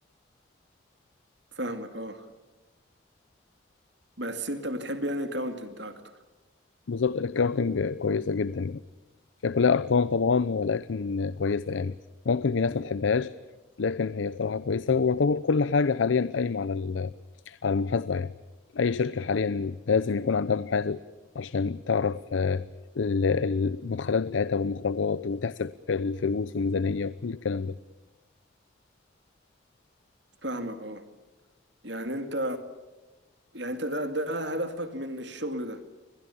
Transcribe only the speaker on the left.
بالظبط الاكاونتنج كويسه جدا هي كلها أرقام طبعا ولكن كويسة يعني ممكن في ناس ما تحبهاش لكن هي بصراحة كويسة ويعتبر كل حاجة حاليا قايمة على ال- على المحاسبة يعني أي شركة حاليا لازم يكون عندها محاسب عشان تعرف آه، ال- المدخلات بتاعتها والمخرجات وتحسب الفلوس والميزانية وكل الكلام ده